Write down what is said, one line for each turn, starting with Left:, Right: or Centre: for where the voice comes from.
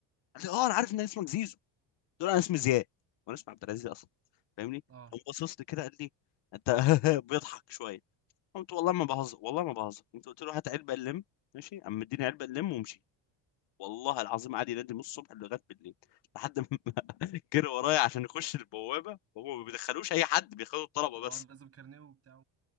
Left: قال لي اه انا عارف ان اسمك زيزو قلت له انا اسمي زياد وانا اسمي عبد العزيز اصلا فاهمني؟
Right: اه
Left: قام باصص لي كده قال لي انت <laughs> بيضحك شويه قلت والله ما بهزر والله ما بهزر انت قلت له هات علبه اللم ماشي قام مديني علبه اللم ومشي والله العظيم قعد ينادي من الصبح لغايه بالليل لحد ما <laughs> جري ورايا عشان يخش البوابه وهو ما بيدخلوش اي حد بياخدوا الطلبه
Right: اه
Left: بس
Right: لازم كارنيه وبتاع